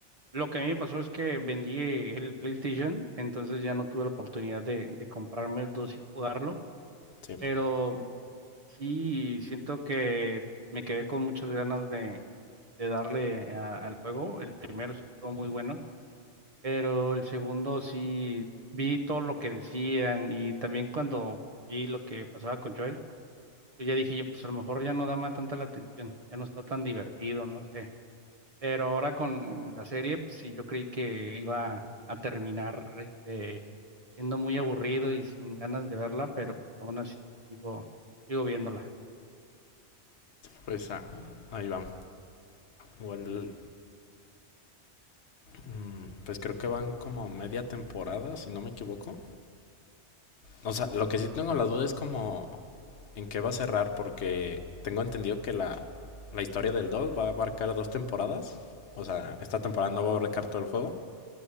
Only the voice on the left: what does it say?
Sí.
Pues ah, ahí va. Igual, mm, pues creo que van como media temporada, si no me equivoco. O sea, lo que sí tengo la duda es como en qué va a cerrar, porque tengo entendido que la, la historia del 2 va a abarcar dos temporadas. O sea, esta temporada no va a abarcar todo el juego.